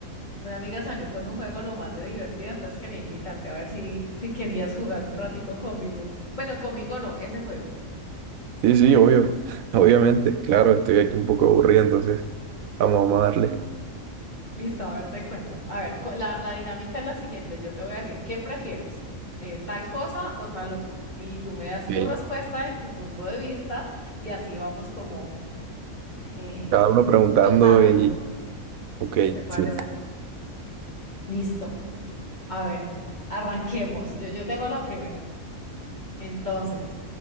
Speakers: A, on the left (about 30°); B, on the right (about 85°).
A: Una amiga salió con un juego lo más de divertido, entonces quería invitarte a ver si, si querías jugar un ratico conmigo. Bueno, conmigo no, ese juego.
B: Sí, sí, obvio. <laughs> Obviamente, claro, estoy aquí un poco aburrido, entonces vamos, vamos a darle.
A: Listo, a ver, te cuento. A ver, co- la, la dinámica es la siguiente. Yo te voy a decir, ¿qué prefieres? Eh, ¿tal cosa o tal otra? Y tú me das tu
B: Ok.
A: respuesta y tu punto de vista y así vamos como eh,
B: Cada uno preguntando
A: turnándonos,
B: y, ok,
A: ¿te parece?
B: sí.
A: Listo. A ver, arranquemos. Yo, yo te hago la primera. Entonces,